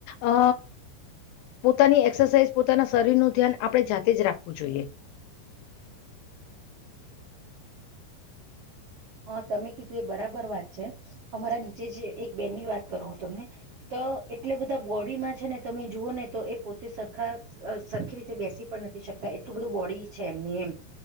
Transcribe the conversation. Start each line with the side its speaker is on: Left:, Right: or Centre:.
Left: અ પોતાની એક્સરસાઇઝ પોતાના શરીરનું ધ્યાન આપણે જાતે જ રાખવું જોઈએ.
Right: હા, તમે કીધું એ બરાબર વાત છે, અમારા
Left: આપણે
Right: નીચે જ એક બેન ની વાત કરો તમને તો, એટલે બધા બોડીમાં છે, ને તમે જુઓ ને તો, એ પોતે સરખા સરખી રીતે બેસી પણ નથી શકતા એટલું બધું બોડી છે. એમની એમ